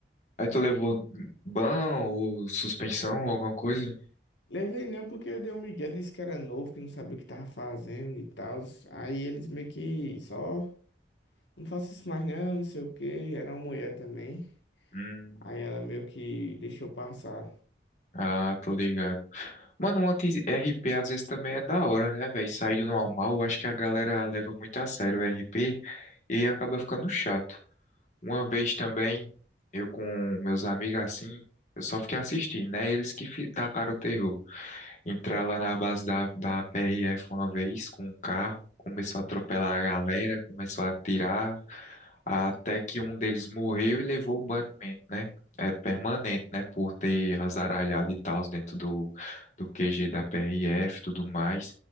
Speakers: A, on the left; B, on the left.
A: Aí tu levou ban ou suspensão ou alguma coisa?
B: Levei não porque deu um migué, disse que era novo, que não sabia o que tava fazendo e tal. Aí eles meio que só, não faço isso mais não, não sei o quê. Era uma mulher também.
A: Hum,
B: Aí ela meio que deixou passar.
A: ah, tô ligado. Mano, um anti P às vezes também é da hora, né, velho? Sair do normal, eu acho que a galera leva muito a sério o R P e acaba ficando chato. Uma vez também, eu com meus amigos assim, eu só fiquei assistindo, né? Eles que fi- tacaram o terror. Entrar lá na base da, da PRF uma vez com um carro, começou a atropelar a galera, começou a atirar até que um deles morreu e levou o banimento, né? É permanente, né? Por ter azaralhado e tal dentro do, do QG da PRF e tudo mais.